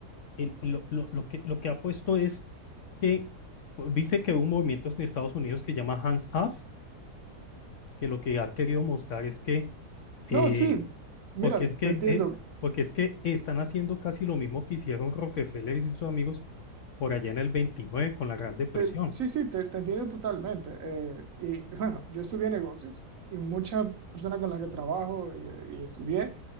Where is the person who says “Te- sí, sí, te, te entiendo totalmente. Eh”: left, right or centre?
Right